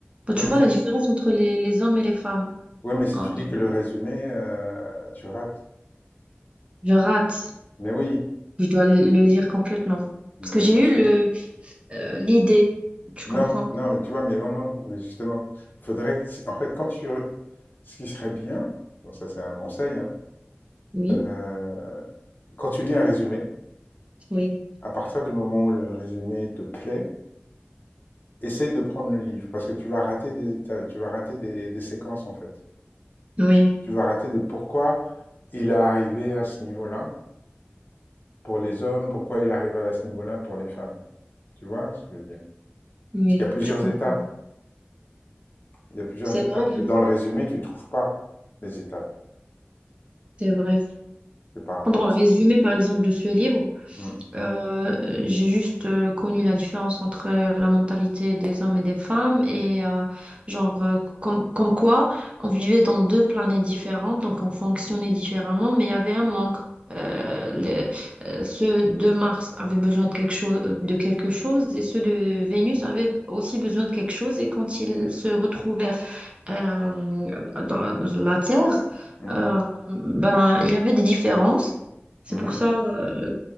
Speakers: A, on the right (about 30°); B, on the left (about 50°).
A: Bon, tu
B: Ouais, mais
A: vois
B: si,
A: la différence entre les, les hommes et les femmes.
B: ouais, mais si
A: Oh,
B: tu
A: non,
B: lis que le résumé, euh, tu rates.
A: je rate.
B: Mais oui,
A: Je dois le lire complètement.
B: mais
A: Parce que j'ai
B: bien sûr.
A: eu le euh, l'idée, tu
B: Non,
A: comprends?
B: non, mais tu vois, mais non, non, mais justement, il faudrait que, si- en fait, quand tu, re- ce qui serait bien, bon, ça c'est un conseil, hein,
A: Oui,
B: euh, quand tu lis un résumé,
A: oui.
B: à partir du moment où le résumé te plaît, essaye de prendre le livre, parce que tu vas rater des, étapes, tu vas rater des, des séquences, en fait.
A: Oui,
B: Tu vas rater de pourquoi il est arrivé à ce niveau-là pour les hommes, pourquoi il est arrivé à ce niveau-là pour les femmes. Tu vois ce que je veux dire?
A: oui,
B: Parce qu'il y a plusieurs
A: je comprends.
B: étapes, il y a plusieurs
A: C'est
B: étapes,
A: vrai,
B: et
A: hein,
B: dans le résumé, tu trouves pas les étapes,
A: C'est vrai.
B: c'est par rapport
A: Prendre
B: à
A: un
B: ça.
A: résumé, par exemple, de ce livre,
B: Mmh.
A: Euh, j'ai juste euh, connu la différence entre euh, la mentalité des hommes et des femmes et euh, genre euh, com- comme quoi on vivait dans deux planètes différentes, donc on fonctionnait différemment, mais il y avait un manque. Euh, les- euh, ceux de Mars avaient besoin de quelque chose, euh, de quelque chose et ceux de Vénus avaient aussi besoin de quelque chose et quand ils se retrouvaient euh, dans, dans la Terre,
B: Mhm,
A: euh, ben, il y avait des différences. C'est
B: mhm.
A: pour ça, euh,